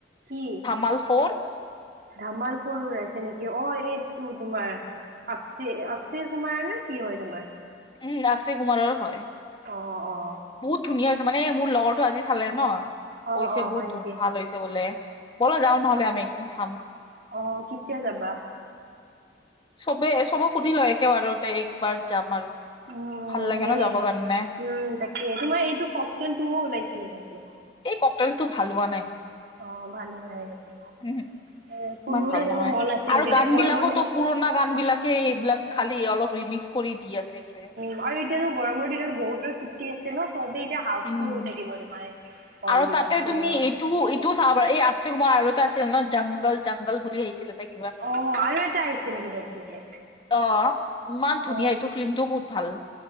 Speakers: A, on the right; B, on the left.
A: কি?
B: ধামাল ফৰ।
A: ধামাল ফৰু আছে নেকি অ' এইটোত- কুমাৰ অকছে অকচয় কুমাৰ নে কি হয় তোমাৰ।
B: উম' আকচয় কুমাৰৰে হয়।
A: অ অ'
B: বহুত ধুনীয়া হৈছে মানে মোৰ লগৰটো আজি চালে ন।
A: অ
B: কৈছে
A: অ
B: বহুত
A: হয় নেকি
B: ভাল হৈছে বোলে ব'লা যাও নহলে আমি একদিন চাম।
A: অঁ কিতিয়া যাবা?
B: চবে চবক সুধি লয় একেবাৰতে একবাৰ যাম আৰু।
A: উম'সেই
B: ভাল লাগে ন যাবৰ কাৰণে
A: উম তাকে তোমাৰ এইটো ককতেল টোও ওলাইছিলে কিন্তু।
B: এই ককটেলটো ভাল হোৱা নাই।
A: অঁ ভালেই হয় সেনেকে
B: উহো
A: এ ফুৰিবলৈ
B: ইমান ভাল নহয়
A: যাব মন আছে কিন্তু
B: আৰু গান
A: এতিয়া গৰমৰ
B: বিলাকতো
A: দিনত-
B: পুৰণা গান বিলাকে এইবিলাক খালি অলপ ৰিমিক্স কৰি দি আছে যে।
A: বাৰু এতিয়াতো গৰমৰ দিনত বহুতৰ ছুটি আছে ন চবেই এতিয়া হাউচফুল
B: উম
A: হৈ থাকিব তোমাৰ। হল
B: আৰু
A: বিলাক
B: তাতে
A: চিনেমা
B: তুমি
A: হল
B: এইটো- তো চাব পাৰা এই আকচয় কুমাৰ আৰু এটা আছিল ন জংগল জংগল বুলি আহিছিলে তাইক-
A: অ আৰু এটা আহিছে নেকি নতুনকে?
B: অঁ ইমান ধুনীয়া
A: অ
B: এইটো ফিল্মটো বহুত ভাল।